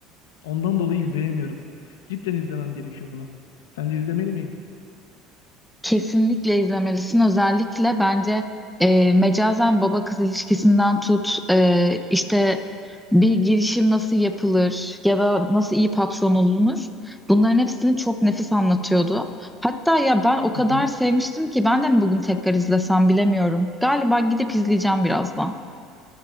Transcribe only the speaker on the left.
Ondan dolayı izleyemiyorum. Cidden izlemem gerekiyor bunu. Sence izlemeli miyim?
Hı hı.